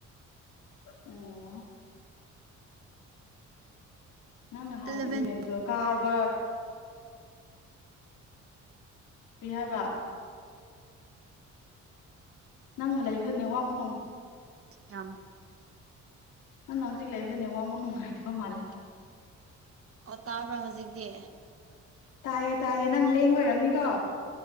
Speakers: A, on the left; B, on the right.
A: ꯎꯝ ꯅꯪ ꯍꯥꯟ
B: ꯑꯦꯂꯚꯦꯟ
A: ꯏꯕꯇꯣ ꯀꯔꯕꯥꯔ ꯄ꯭ꯔꯤꯍꯕ ꯅꯪꯅ ꯂꯩꯕꯗ ꯅꯋꯥꯃꯨꯛ ꯅꯣꯡ
B: ꯌꯥꯝꯝ
A: ꯅꯅ ꯍꯧꯖꯤꯛ ꯂꯩꯕꯗꯨꯅꯦ ꯋꯥꯃꯨꯛ ꯅꯨꯡꯉꯥꯏꯇꯕ ꯃꯥꯜꯂꯦ
B: ꯑꯣ ꯇꯥꯕ꯭ꯔꯣ ꯍꯧꯖꯤꯛꯇꯤ
A: ꯇꯥꯏꯌꯦ ꯇꯥꯏꯌꯦ ꯅꯪ ꯂꯦꯡꯕ ꯑꯣꯏꯔꯝꯅꯤꯀꯣ